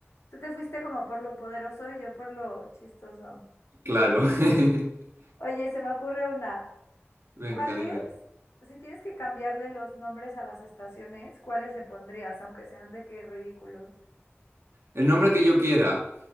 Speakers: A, on the left; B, on the right.
A: Tú te fuiste como por lo poderoso y yo por lo chistoso.
B: claro. <laughs>
A: Oye, se me ocurre una.
B: Venga,
A: ¿Cuál
B: dime.
A: es? Si tienes que cambiarle los nombres a las estaciones, ¿cuáles le pondrías, aunque sean de qué ridículos?
B: El nombre que yo quiera.